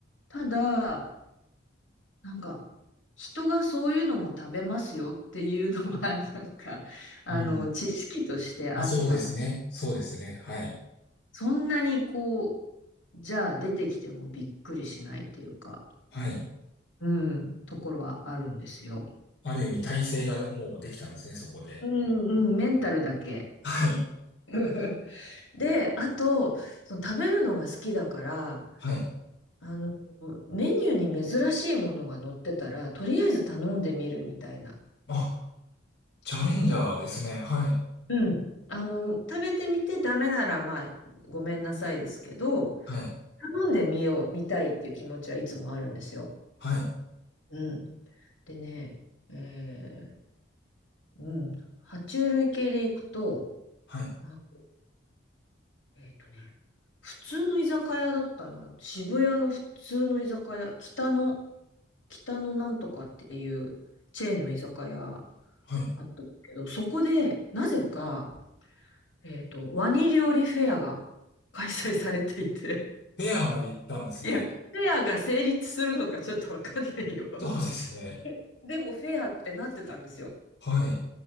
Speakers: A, on the left (about 85°); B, on the left (about 65°).
A: ただ、なんか、人がそういうのも食べますよっていうのは、<laughs> なんか、あの、
B: うん。
A: 知識としてあったの。
B: あ、そうですね。そうですね。はい。
A: そんなにこう、じゃあ出てきてもびっくりしないっていうか。
B: はい。
A: うん、ところはあるんですよ。
B: ある意味体制がもうできたんですね、そこで。
A: うんうん、メンタルだけ。
B: はい。
A: <laughs> で、あと、その食べるのが好きだから、
B: はい。
A: あの、メニューに珍しいものが載ってたら、とりあえず頼んでみるみたいな。
B: あチャレンジャーですね。はい。
A: うん。あの、食べてみてダメなら、まあ、ごめんなさいですけど、
B: はい。
A: 頼んでみよう、見たいっていう気持ちはいつもあるんですよ。
B: はい。
A: うん。でね、えーうん。爬虫類系でいくと、
B: はい。
A: まあえっとね、普通の居酒屋だったな。渋谷の普通の居酒屋、北の、北のなんとかっていうチェーンの居酒屋
B: はい。
A: あったけど、そこで、なぜか、えっと、ワニ料理フェアが <laughs> 開催されていて、
B: ペアまで行ったんですね。
A: いや、フェアが成立するのかちょっとわかんないよ。<laughs>
B: そうですね。
A: でもフェアってなってたんですよ。
B: はい。